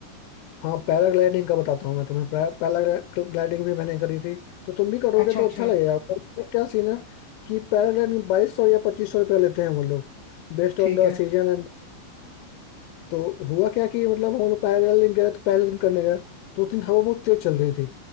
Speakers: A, on the left; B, on the left.
A: हाँ पैराग्लाइडिंग का बताता हूँ मैं तुम्हें पैराग्लाइडिंग भी मैंने करी थी तो तुम भी करोगे
B: अच्छा
A: तो
B: अच्छा
A: अच्छा लगेगा पर इसमें क्या सीन है कि पैराग्लाइडिंग बाईस सौ या पच्चीस सौ रुपया लेते हैं वो लोग based
B: ठीक
A: on the
B: है
A: season and तो हुआ क्या कि मतलब हम लोग पैराग्लाइडिंग गए तो पहले दिन करने गए तो उस दिन हवा बहुत तेज चल रही थी